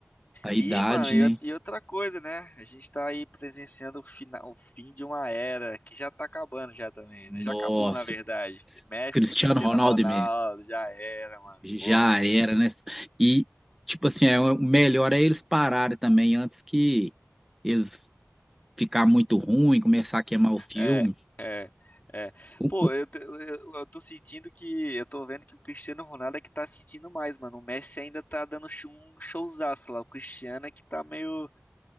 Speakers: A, in the centre; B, on the left.
A: a
B: E,
A: idade,
B: mano, e
A: né?
B: out- e outra coisa, né? A gente tá aí presenciando o final, o fim de uma era que já tá acabando já também,
A: Nossa,
B: né? Já acabou, na verdade. Messi,
A: Cristiano
B: Cristiano
A: Ronaldo
B: Ronaldo,
A: mesmo.
B: já era, mano. Porra.
A: Já era, né? E, tipo assim, é, o melhor é eles pararem também antes que eles ficar muito ruim, começar a queimar o filme.
B: É, é, é.
A: O-
B: Pô,
A: o-
B: eu, t- eu, eu tô sentindo que. Eu tô vendo que o Cristiano Ronaldo é que tá sentindo mais, mano. O Messi ainda tá dando chu- um showzaço lá. O Cristiano é que tá meio.